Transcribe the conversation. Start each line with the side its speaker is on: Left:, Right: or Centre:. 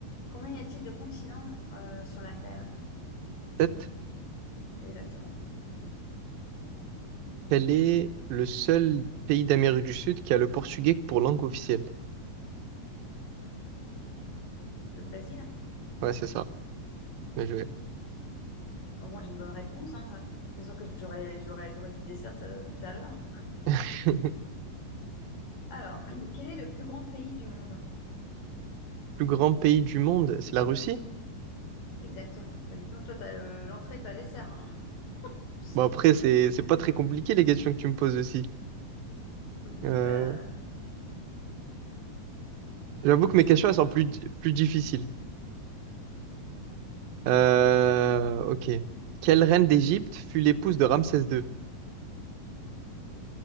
Left: Combien y a-t-il de continents euh, sur la Terre?
Right: Tête.
Left: Exactement.
Right: Quel est le seul pays d'Amérique du Sud qui a le portugais pour langue officielle?
Left: Le Brésil?
Right: Ouais, c'est ça. Bien joué.
Left: Au moins, j'ai une bonne réponse. Hein. Je suis sûre que j'aurais, j'aurais, j'aurais du dessert ça, tout à l'heure.
Right: <laughs>
Left: Alors, <clears throat> quel est le plus grand pays du monde?
Right: Plus grand pays du monde, c'est la Russie?
Left: Exactement. Bah, dis donc, toi, t'as euh, l'entrée, pas le dessert. Hein. <laughs>
Right: Bon, après, c'est c'est pas très compliqué les questions que tu me poses aussi.
Left: Oui, bon,
Right: Euh,
Left: bah, je
Right: j'avoue que
Left: suis
Right: mes questions,
Left: une
Right: elles sont plus, plus difficiles. Euh, ok. Quelle reine d'Égypte fut l'épouse de Ramsès II?